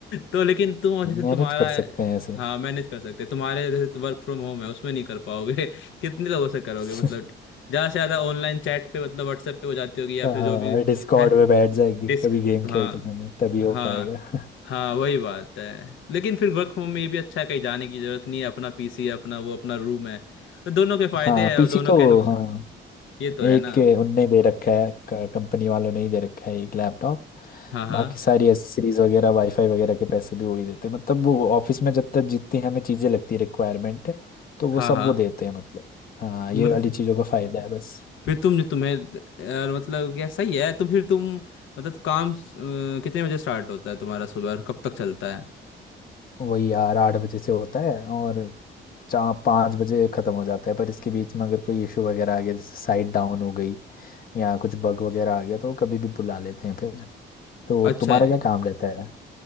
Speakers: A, on the left (about 75°); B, on the left (about 45°).
A: तो लेकिन तुम जैसे
B: मैनेज
A: तुम्हारा
B: कर सकते हैं ऐसे
A: हाँ मैनेज कर सकते तुम्हारे जैसे वर्क फ्रॉम होम है उसमें नहीं कर पाओगे <laughs> कितने लोगों से करोगे
B: <laughs>
A: मतलब ज्यादा से ज्यादा ऑनलाइन चैट पे मतलब व्हाट्सएप पे हो जाती होगी या
B: हाँ
A: फिर जो भी
B: डिस्कॉर्ड
A: है
B: में बैठ जाएगी
A: डिस्क
B: कभी गेम
A: हाँ
B: खेलते समय तभी हो
A: हाँ
B: पाएगा
A: हाँ
B: <laughs>
A: वही बात है लेकिन फिर वर्क फ्रॉम होम में ये भी अच्छा है कहीं जाने की जरूरत नहीं है अपना पीसी है अपना वो अपना रूम है तो दोनों के फायदे
B: हाँ
A: है
B: पीसी
A: और दोनों
B: तो
A: के नुकसान
B: हाँ
A: ये तो है
B: एक
A: ना
B: ए, उनने दे रखा है कंपनी वालों ने ही दे रखा है एक लैपटॉप
A: हाँ हाँ
B: बाकी सारी एसेसरीज वगैरह वाईफाई वगैरह के पैसे भी वही देते हैं मतलब वो ऑफिस में जब तक जितनी हमें चीजें लगती है रिक्वायरमेंट तो वो
A: हाँ
B: सब
A: हाँ
B: वो देते हैं मतलब हाँ ये
A: मतलब
B: वाली चीजों का फायदा है बस
A: फिर तुम जो तुम्हें यार मतलब क्या सही है तुम फिर तुम मतलब काम अ, कितने बजे स्टार्ट होता है तुम्हारा सुबह और कब तक चलता है
B: वही यार आठ बजे से होता है और चार पाँच बजे खत्म हो जाता है पर इसके बीच में अगर कोई इशू वगैरह आ गया जैसे साइट डाउन हो गई या कुछ बग वगैरह आ गया तो वो कभी भी बुला लेते हैं फिर तो
A: अच्छा
B: तुम्हारा क्या काम रहता है